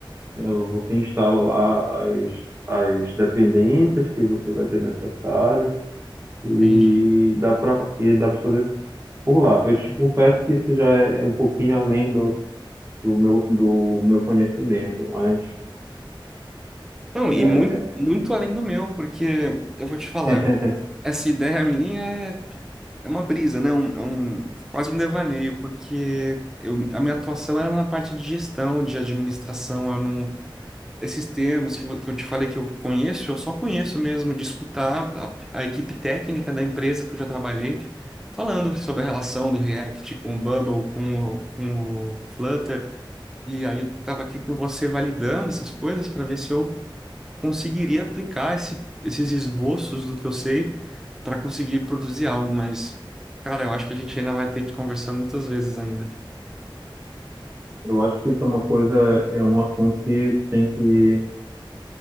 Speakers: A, on the right; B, in the centre.
A: É, Você instala lá as, as dependências que você vai ter necessário e
B: Entendi.
A: dá para e dá para fazer por lá. Eu te confesso que isso já é um pouquinho além do, do meu, do meu conhecimento, mas
B: Não, e
A: é,
B: muito, muito além do meu, porque eu vou te falar,
A: <laughs>
B: eu- essa ideia minha é, é uma brisa, né? Um- é um, quase um devaneio, porque eu, a minha atuação era na parte de gestão, de administração, eu não, esses termos que, eu- que eu te falei que eu conheço, eu só conheço mesmo de escutar a, a equipe técnica da empresa que eu já trabalhei, falando sobre a relação do React com o Bubble, com o, com o Flutter, e aí eu tava aqui com você validando essas coisas para ver se eu conseguiria aplicar esse- esses esboços do que eu sei para conseguir produzir algo, mas, cara, eu acho que a gente ainda vai ter que conversar muitas vezes ainda
A: eu acho que isso é uma coisa, é um assunto que tem que